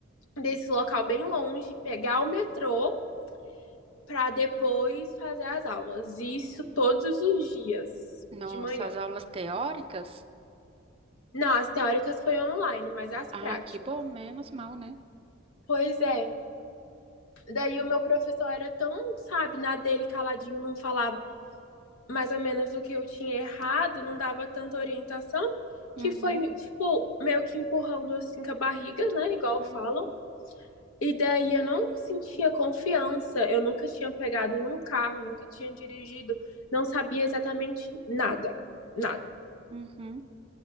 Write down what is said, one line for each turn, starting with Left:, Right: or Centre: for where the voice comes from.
Left: desse local bem longe, pegar o metrô para depois fazer as aulas. Isso todos os dias
Right: Nossa,
Left: de manhã.
Right: as aulas teóricas?
Left: Não, as teóricas foi online, mas as
Right: Ah,
Left: práticas.
Right: que bom, menos mal, né?
Left: Pois é. Daí o meu professor era tão, sabe, na dele, caladinho, não falava mais ou menos o que eu tinha errado, não dava tanta orientação,
Right: Uhum,
Left: que foi, tipo, meio que empurrando assim com a barriga, né, igual
Right: uhum,
Left: falam. E daí eu não sentia confiança, eu nunca tinha pegado num carro, nunca tinha dirigido, não sabia exatamente nada, nada.
Right: uhum,